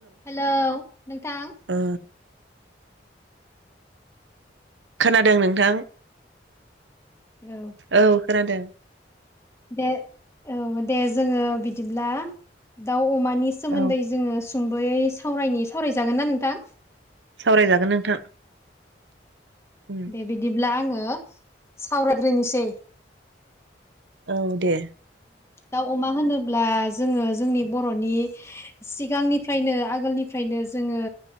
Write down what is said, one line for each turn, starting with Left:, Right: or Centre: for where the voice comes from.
Left: हेलौ नोंथां
Right: ओ खोनादों नोंथां
Left: औ
Right: औ खोनादों
Left: दे औ दे जोङो बिद दिब्ला दाव अमानि सोमोन्दै
Right: औ
Left: जोङो ज सुंद'यै सावरायनि सावरायजागोनना नोंथां
Right: सावरायजागोन नोंथां उम
Left: दे बिदिब्ला आङो ङो सावरायग्रोनिसै
Right: औ दे
Left: दाउ अमा होनोब्ला जोङो जोंनि ब'रनि सिगांनिफ्रायनो आगोलनिफ्रायनो जोङो